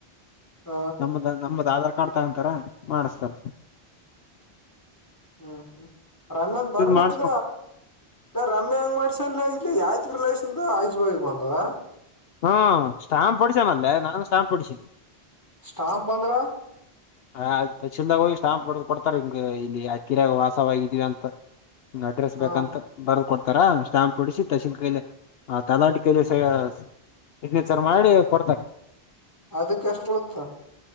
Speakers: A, on the left (about 20°); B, on the left (about 70°).
A: ಹ
B: ನಮ್ದ ನಮ್ದ ಆಧಾರ್ ಕಾರ್ಡ್ ತಗೊಂತಾರ ಮಾಡಸ್ತಲ್.
A: ಹ್ಮ್ ಹ್ಮ್ ರಮ್ಯಾನ್ ಬರ್ನತ್ಲ
B: ಮಾಡಿಸಕೊ
A: ರಮ್ಯಾ ಹೆಂಗ್ ಮಾಡ್ಸಲ್ ಇ ಯಯ್ತ್ಲ ಇ ಆಯುಜ್ ಬಾಗಕ್ ಬಂದದಾ.
B: ಹಾ ಸ್ಟಾಂಪ್ ಹೊಡಿಸನಲ್ಲೇ ನಾನು ಸ್ಟಾಂಪ್ ಹೊಡಿಸಿನಿ.
A: ಸ್ಟಾಂಪ್ ಪಂದ್ರ.
B: ಹ ಚಲ್ದಾಗ ಹೋಗಿ ಸ್ಟಾಂಪ್ ಹೊಡ್ ಕೊಡ್ತಾರೆ ಹಿಂಗ ಇಲ್ಲಿ ಅದ್ಗಿರ ವಾಸವಾಗಿದೀವಿ ಅಂತ. ಅಡ್ರೆಸ್
A: ಹಾ
B: ಬೇಕಂತ ಬರು. ಕೊಡ್ತಾರ ಸ್ಟ್ಯಾಂಪ್ ಹೊಡಿಸಿ ತಸೀಲ್ ಕೈಲೆ ತಲಾಟಿ ಕೈಲೆ ಸ. ಸಿಗ್ನೇಚರ್ ಮಾಡಿ ಕೊಡ್ತನೆ.
A: ಅದಕ್ಕೆ ಎಷ್ಟ ಬಿಡುತ್ತ.